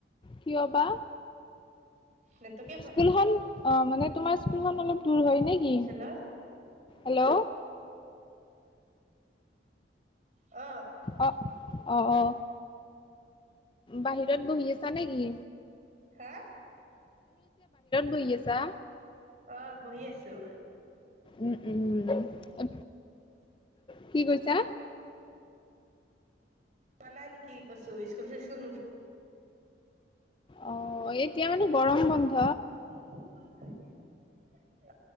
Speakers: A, on the left; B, on the right.
A: কিয় বা?
B: নেটৱৰ্কে পোৱা
A: স্কুলখন
B: নাই
A: অ মানে তোমাৰ স্কুলখন অলপ দূৰ হয় নে কি?
B: হেল্ল'
A: হেল্ল'
B: অ।
A: অ, অ, অ। বাহিৰত বহি আছা নে কি?
B: হা?
A: বহি আছা?
B: অ, বহি আছোঁ।
A: উম, উম। উ কি কৈছা?
B: পানা নেকি কৈছো স্কুল চিস্কুল নো
A: অ, এতিয়া মানে গৰম বন্ধ।
B: <unintelligible>